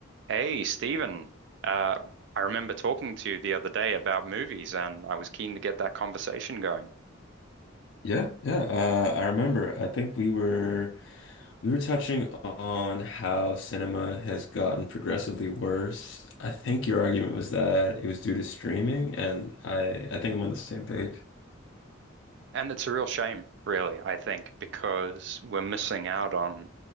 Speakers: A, on the right; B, on the left.
A: Hey, Stephen, uh, I remember talking to you the other day about movies, and I was keen to get that conversation going.
B: Yeah, yeah. Uh, I remember. I think we were we were touching on how cinema has gotten progressively worse. I think your argument was that it was due to streaming, and I I think I'm on the same page.
A: And it's a real shame, really, I think, because we're missing out on